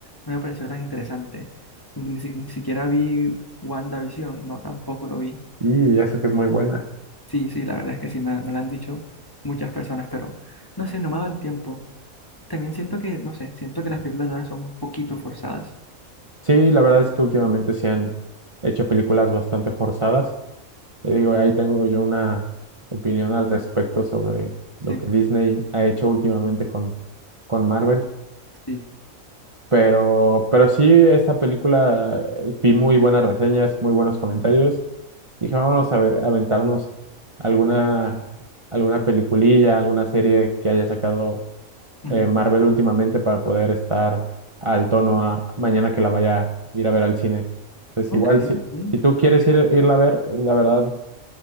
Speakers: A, on the left (about 15°); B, on the right (about 25°).
A: no me pareció tan interesante. Ni, si- ni siquiera vi WandaVision, no, tampoco lo vi.
B: y eso que es muy buena.
A: Sí, sí, la verdad es que sí, me, me lo han dicho muchas personas, pero no sé, no me ha dado el tiempo. También siento que, no sé, siento que las películas de ahora son un poquito forzadas.
B: Sí, la verdad es que últimamente se han hecho películas bastante forzadas. Te digo, ahí tengo yo una opinión al respecto sobre
A: Sí.
B: lo que Disney ha hecho últimamente con, con Marvel.
A: Sí.
B: Pero, pero sí, esta película eh, vi muy buenas reseñas, muy buenos comentarios. Dije, vámonos a ver, a aventarnos alguna, alguna peliculilla, alguna serie que haya sacado
A: ujú.
B: eh, Marvel últimamente para poder estar al tono a- mañana que la vaya a ir a ver al cine. Entonces,
A: Ok,
B: igual, si,
A: ok,
B: si tú quieres ir, irla a ver, la verdad,